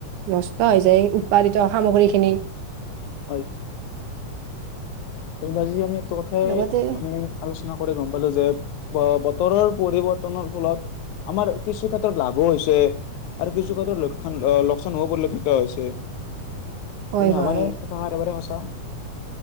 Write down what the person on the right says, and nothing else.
নষ্ট হৈ যায় উৎপাদিত সামগ্ৰীখিনি।
লগতে
হয়
হয়